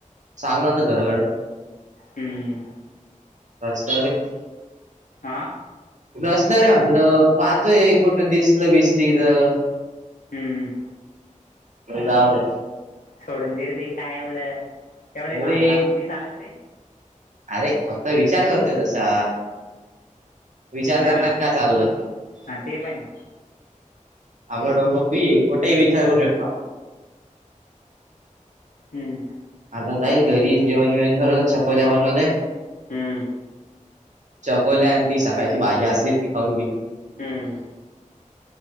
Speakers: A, on the right; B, on the left.
A: चाललं आता घराकड
B: हम्म
A: रस्त्यावरर हे
B: आह
A: रस्त्यावर हाय म्हणलं पाहतोय कुठं दिसल बीसली तर
B: हम्म
A: जाऊद्या
B: सोडून दे रे काय एवढं एवढे
A: नाही
B: मागू
A: रे
B: लावून नाही चालत रे
A: अरे फक्त विचार करतो तसा विचार
B: हा
A: करण्यात का चालल
B: हा ते पण
A: आपलं डोकं फ्री आहे कुठेही विचार करू शकतावं
B: हम्म
A: आता जाईल घरी जेवण बिवण करत चकोल्या बनवलंय
B: हम्म
A: चकोले आणि ती सकाळची भाजी असली ती खाऊन गेली
B: हम्म